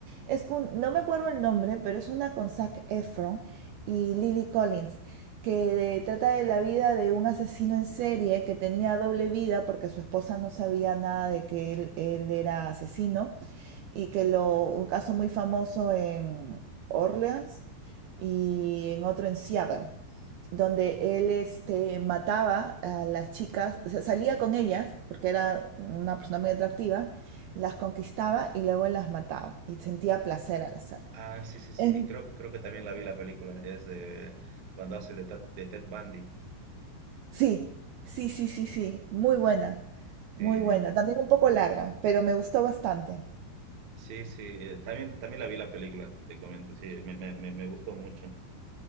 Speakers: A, on the right (about 75°); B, on the right (about 55°).
A: Es con, no me acuerdo el nombre, pero es una con Zac Efron y Lily Collins, que trata de la vida de un asesino en serie que tenía doble vida porque su esposa no sabía nada de que él, él era asesino y que lo, un caso muy famoso en Orleans y en otro en Seattle donde él este, mataba a las chicas, o sea, salía con ellas, porque era una persona muy atractiva, las conquistaba y luego las mataba y sentía placer al hacerlo.
B: Ah, sí, sí, sí,
A: En-
B: creo, creo que también la vi la película, es de cuando hace de, Ted- de Ted Bundy.
A: sí, sí, sí, sí, sí, muy buena, muy
B: Sí,
A: buena, también un poco larga, pero me gustó bastante.
B: sí, sí, eh, también, también la vi la película, te, te comento, sí, me, me, me, me gustó mucho,